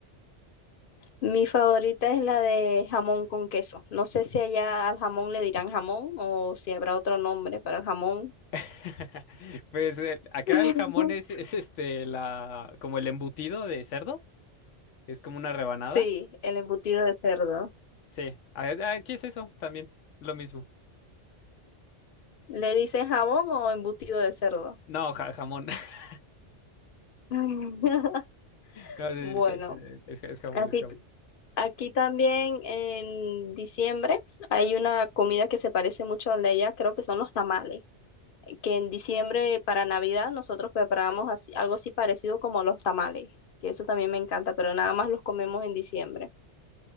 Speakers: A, on the left; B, on the left.
A: Mi favorita es la de jamón con queso. No sé si allá al jamón le dirán jamón o si habrá otro nombre para el jamón.
B: <laughs> Pues eh, acá
A: <laughs>
B: el jamón es, es este, la, como el embutido de cerdo, es como una rebanada.
A: Sí, el embutido de cerdo.
B: Sí, a- aquí es eso también, lo mismo.
A: ¿Le dicen jamón o embutido de cerdo?
B: No, ja- jamón. <laughs>
A: <laughs>
B: No, sí,
A: Bueno,
B: sí, sí, es, ja- es jamón,
A: aquí,
B: es jamón.
A: t- aquí también en diciembre hay una comida que se parece mucho al de allá, creo que son los tamales, que en diciembre para Navidad nosotros preparamos así- algo así parecido como los tamales, que eso también me encanta, pero nada más los comemos en diciembre.